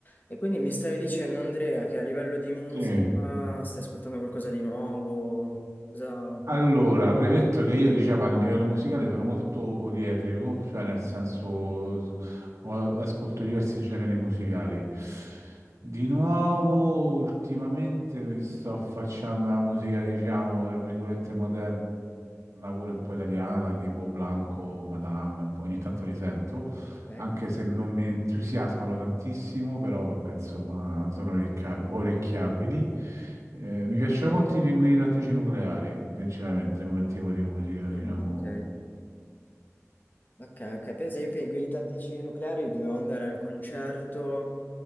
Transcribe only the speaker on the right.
Sì.
Allora,
premetto che io, diciamo, a livello musicale sono molto poliedrico, cioè nel senso ho- ascolto diversi generi musicali. Di nuovo, ultimamente mi sto affacciando alla musica, diciamo, tra virgolette moderna, pure un po' italiana, tipo Blanco, Madame, un po', ogni tanto li sento.
anche se non mi entusiasmano tantissimo, però vabbè, insomma, sono orecchia- orecchiabili. Eh, mi piacciono molto i pinguini tattici nucleari, sinceramente, come tipo di musica,
diciamo,